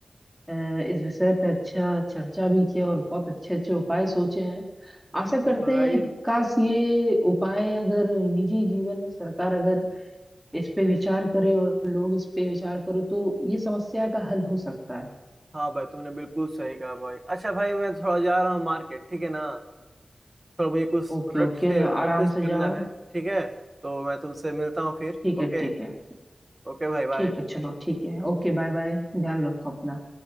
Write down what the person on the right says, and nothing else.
बिल्कुल
भाई
हाँ भाई तुमने बिल्कुल सही कहा भाई अच्छा भाई मैं थोड़ा जा रहा हूँ मार्केट ठीक है ना थोड़ा मुझे कुछ
प्रोडक्ट
से
परचेस
करना है ठीक है तो मैं तुमसे मिलता हूँ फिर
ओके
ओके भाई बाय